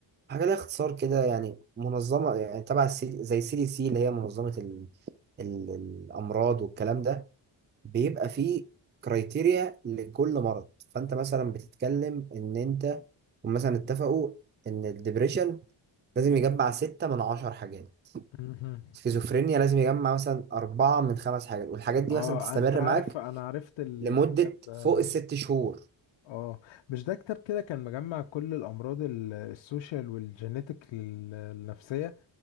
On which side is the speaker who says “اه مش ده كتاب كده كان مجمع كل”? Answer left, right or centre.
Left